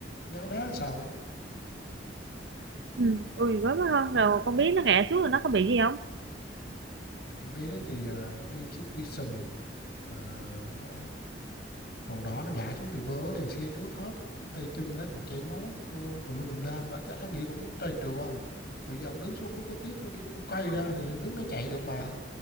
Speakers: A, on the left; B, on the right.
A: ngáo đá sao á
B: ừ. Ui với mới hơn rồi con biết nó ngã xuống rồi nó có bị gì không
A: bế đấy thì à, nó đi chiếc Vision Ờ, nó màu đỏ nó ngã xuống thì bớ đèn xe trước hết tay chân thấy cũng chảy máu tùm tùm lum tùm la mà chắc anh nghĩ cũng trầy trùa tự giờ ông đứng xuống ông rút có tiếp với cái cục cây ra thì nó đứng nó chạy được mà